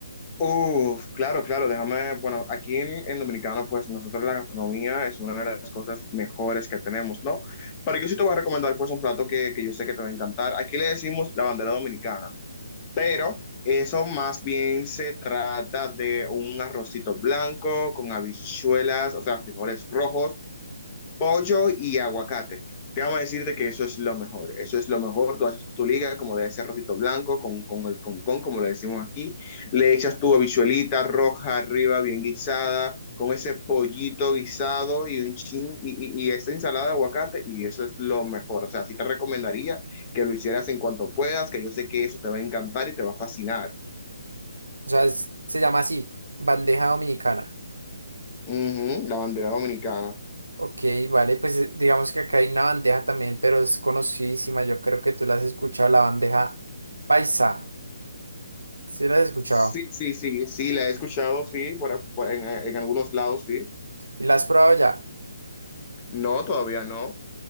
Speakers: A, on the left; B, on the right.
A: Uf, claro, claro, déjame, bueno, aquí en, en Dominicana, pues nosotros la gastronomía es una de las cosas mejores que tenemos, ¿no? Pero yo sí te voy a recomendar pues un plato que, que yo sé que te va a encantar. Aquí le decimos la bandera dominicana. pero eso más bien se trata de un arrocito blanco con habichuelas, o sea, frijoles rojos, pollo y aguacate. Déjame decirte que eso es lo mejor, eso es lo mejor, tú haces tu liga como debe ser rojito blanco, con, con el concón, como le decimos aquí, le echas tu habichuelita roja arriba, bien guisada, con ese pollito guisado y un chin, y, y, y esta ensalada de aguacate, y eso es lo mejor, o sea, sí te recomendaría que lo hicieras en cuanto puedas, que yo sé que eso te va a encantar y te va a fascinar.
B: O sea, es- se llama así, bandeja dominicana.
A: Ujú, la bandera dominicana.
B: Ok, vale, pues eh, digamos que acá hay una bandeja también, pero es conocidísima, yo creo que tú la has escuchado, la bandeja paisa. Sí, las he escuchado.
A: Sí, sí, sí, sí, la he escuchado, sí, por, por- en, en algunos lados, sí.
B: ¿Y las has probado ya?
A: No, todavía no.